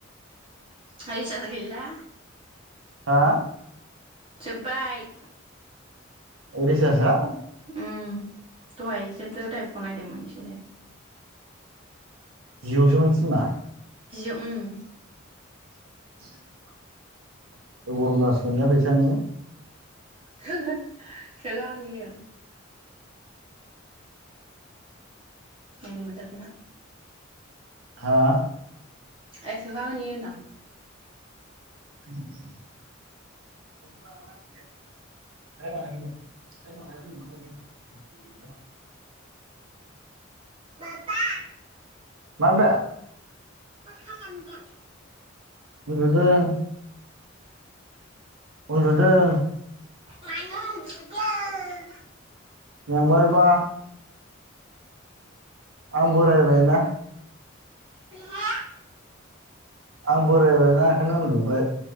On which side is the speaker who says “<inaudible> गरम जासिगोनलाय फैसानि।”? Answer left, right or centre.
Right